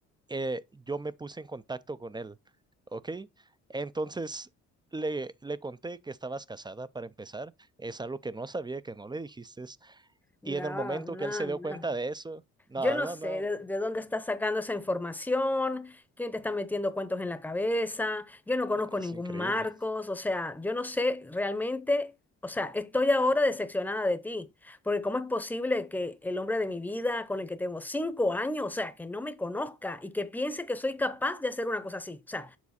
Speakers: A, on the right; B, in the centre.
A: eh, yo me puse en contacto con él, ¿ok? Entonces le, le conté que estabas casada para empezar, es algo que no sabía, que no le dijiste,
B: no,
A: y en el momento
B: no,
A: que él se dio
B: no.
A: cuenta
B: no.
A: de eso, no,
B: Yo no
A: no,
B: sé
A: no,
B: de, de dónde está sacando esa información, quién te está metiendo cuentos en la cabeza, yo no conozco
A: es
B: ningún
A: increíble.
B: Marcos, o sea, yo no sé realmente, o sea, estoy ahora decepcionada de ti, porque ¿cómo es posible que el hombre de mi vida, con el que tengo cinco años, o sea, que no me conozca y que piense que soy capaz de hacer una cosa así? O sea,